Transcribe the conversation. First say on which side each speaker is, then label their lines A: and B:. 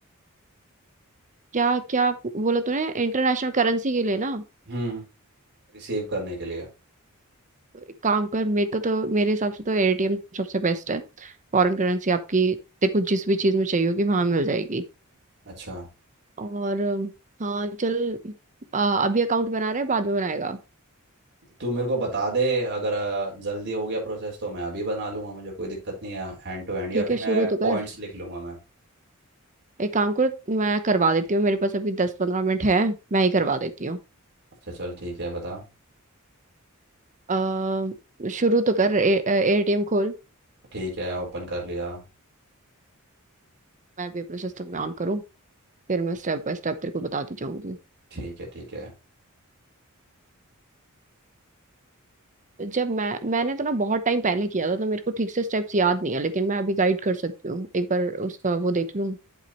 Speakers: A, on the right; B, on the right.
A: क्या क्या बोला तूने इंटरनेशनल करेंसी के लिए ना
B: हम्म रिसीव करने के लिए
A: एक काम कर मेरे को तो मेरे हिसाब से तो एटीएम सबसे बेस्ट है फॉरेन करेंसी आपकी तेरे को जिस भी चीज में चाहिए होगी वहां मिल जाएगी
B: अच्छा
A: और हाँ चल आ, अभी अकाउंट बना रहे हैं बाद में बनाएगा
B: तू मेरे को बता दे अगर अ, जल्दी हो गया प्रोसेस तो मैं अभी बना लूँगा मुझे कोई दिक्कत नहीं है हैंड टू हैंड या
A: ठीक
B: फिर
A: है
B: मैं
A: शुरू तो
B: पॉइंट्स
A: कर
B: लिख लूँगा मैं
A: एक काम कर मैं करवा देती हूँ मेरे पास अभी दस पंद्रह मिनट है मैं ही करवा देती हूँ
B: अच्छा चल ठीक है बता
A: अ, शुरू तो कर एटीएम खोल
B: ठीक है ओपन कर लिया
A: मैं भी अपने सिस्टम में ऑन करूँ फिर मैं स्टेप बाय स्टेप तेरे को बताती जाऊंगी
B: ठीक है ठीक है
A: जब मैं मैंने तो ना बहुत टाइम पहले किया था तो मेरे को ठीक से स्टेप्स याद नहीं है लेकिन मैं अभी गाइड कर सकती हूँ एक बार उसका वो देख लूँ